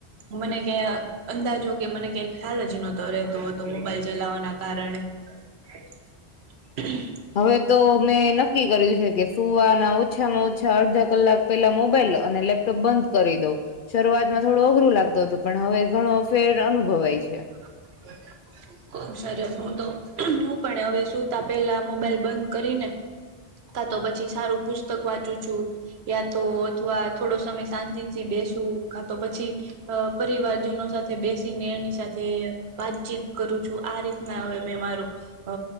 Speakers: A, on the right; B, on the left.
A: મને કે અ અંદાજો કે મને ક્યાંઈ ખ્યાલ જ નહતો રહેતો હતો મોબાઈલ ચલાવવાના કારણે
B: <inaudible>
A: <unintelligible>
B: હવે તો મેં નક્કી કર્યું છે કે સુવા <unintelligible> ઓછામાં ઓછા અડધા કલાક પેહલા મોબાઈલ અને લેપટોપ બંધ કરી દઉં. શરૂઆતમાં થોડું <unintelligible> લાગતું હતું પણ હવે ઘણો ફેર અનુભવાય છે.
A: <unintelligible> સરસ હુંતો હું પણ હવે સુતા પેલા મોબાઈલ બંધ કરી ને કાતો પછી સારું પુસ્તક વાંચું છું. યાતો અથવા થોડો સમય શાંતિ થી બેસું કા તો પછી અ પરિવારજનો સાથે બેસીને એની સાથે વાતચીત કરું છું આ રીતના હવે મેં મારું અ